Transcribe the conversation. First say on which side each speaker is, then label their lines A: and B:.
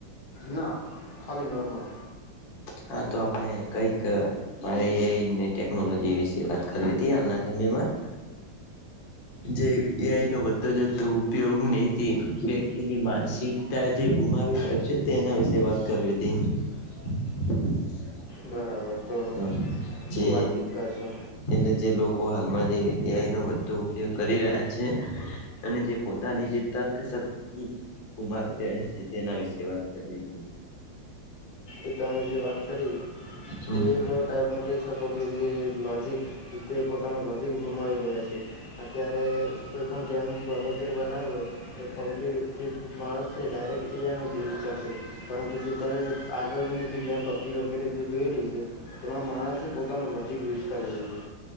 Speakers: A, on the left; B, on the left.
A: ના ખાલી નર્મલ
B: હા તો આપણે કઈક મારે એઆઈને ટેકનોલોજી વિશે વાત કરવી હતી હાલના સમયમાં જે એઆઈ નો વધતો જતો ઉપયોગ ને જે વ્યક્તિની માનસિકતા જે ગુમાવી રહ છે તેના વિશે વાત કરવી હતી હ
A: બરાબર તો
B: હ
A: શું
B: જે
A: વાતચીત કરશો
B: એટલે જે લોકો હ ન વધુ ઉપયોગ કરી રહ્યા છે અને જે પોતાની જે તર્ક શક્તિ ગુમાવી રહ્યા છે તેના વિશે વાત કરીવી
A: એ તમે જે વાત કરી
B: હમ
A: તે એક ટાઈપનું કહી શકો કે જે લોજિક તે પોતાનું લધ ઘુમાઈ રહ્યા છે અત્યારે કોઈ પણ ગેમ ર બના હોય તો પબ્લિક માણસ છે ડાયરેક્ટ એઆઈનો જ યુઝ કરશે પરંતુ જે તમે આગળની જે ગેમ પબ્જી વગેરે જોઈ લઈ છે તેમાં માણસે પોતાનો લોજિક યુઝ કરેલું છે